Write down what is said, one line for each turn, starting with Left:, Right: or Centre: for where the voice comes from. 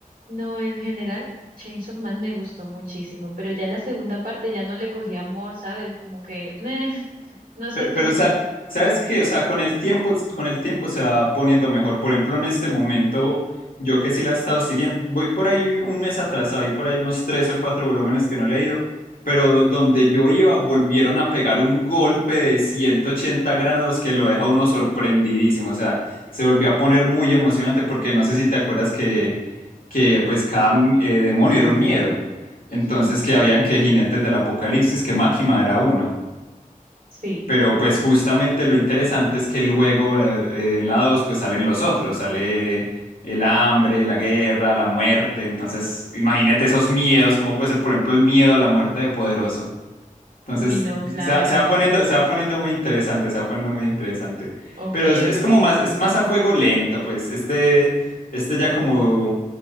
Right: No, en general, Chainsaw Man me gustó muchísimo, pero ya la segunda parte ya no le cogí amor, ¿sabes? Como que, "Neh, no
Left: Pe-
Right: sé tú.
Left: Pero, sa- ¿sabes qué? O sea, con el tiempo, con el tiempo se va poniendo mejor. Por ejemplo, en este momento, yo que sí la he estado siguiendo, voy por ahí un mes atrasado, hay por ahí unos tres o cuatro volúmenes que no he leído, pero donde yo iba, volvieron a pegar un golpe de 180 grados que lo deja a uno sorprendidísimo. O sea, se volvió a poner muy emocionante porque no sé si te acuerdas que, que pues cada eh, demonio era un miedo. Entonces,
Right: Ujú,
Left: que habían que jinetes del apocalipsis, que Máquina era uno.
Right: Sí.
Left: Pero pues justamente lo interesante es que luego eh, eh, en la 2 pues salen los otros, sale el hambre, la guerra, la muerte, entonces imagínate esos miedos, cómo puede ser por ejemplo el miedo a la muerte de Poderoso. Entonces,
Right: Uy, no, claro.
Left: se, va se va poniendo, se va poniendo muy interesante, se va poniendo muy interesante.
Right: Ok,
Left: Pero es, es
Right: ok.
Left: como más, es más a fuego lento, pues. Este, este ya como,